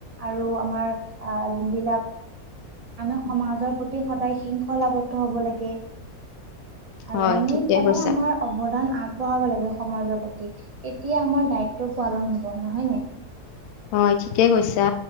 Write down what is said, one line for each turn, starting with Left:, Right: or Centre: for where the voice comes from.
Right: আৰু আমাৰ আ, যোনবিলাক আমি সমাজৰ প্ৰতি সদায় সিংসলাৱদ্ধ হব লাগে আৰু
Left: হয়
Right: আমি
Left: ঠিকে
Right: সদায়
Left: কৈছা
Right: আমাৰ অৱদান আগবঢ়াব লাগে সমাজৰ প্ৰতি তেতিয়া আমাৰ দায়িত্ব পালন হব নহয় নে?
Left: হয়, ঠিকেই কৈছা